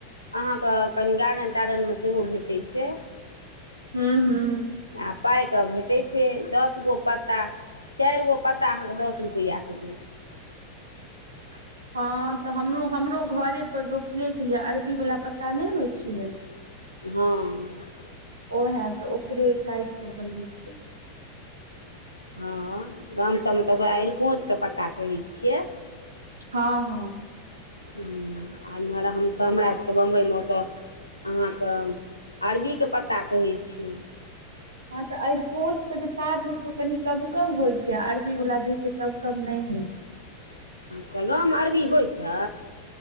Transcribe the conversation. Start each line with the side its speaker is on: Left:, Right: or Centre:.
Left: अहाँके कनि गारन तारन मे सेहो भेटैत छै
Right: हूं हं
Left: आ पाइके भेटैत छै दस गो पत्ता चैगो पत्ता अहाँके दस रुपैआके दे <inaudible>
Right: हँ तऽ हमरो हमरो घरे पर रोपने छलियै अरबी वाल्ला पत्ता नहि होइ छ
Left: हँ
Right: ओ है तऽ ओकरे काटि क बनतै
Left: हँ गाम सबमे तऽ ओकरा अरिकोचके पता कहै छियै
Right: हँ हँ
Left: ह आ एम्हर हमसभ हमरा सभके बम्बइमे ओतय अहाँके अरबीके पत्ता कहै छी
Right: हँ तऽ अर कोंच के जे पाात होइ छै ओ कनि कब कब होइ छै अरबी वालला जे होइ छै कब कब नहि होइ छै
Left: अच्छा गाँवमे अरबी होइ छै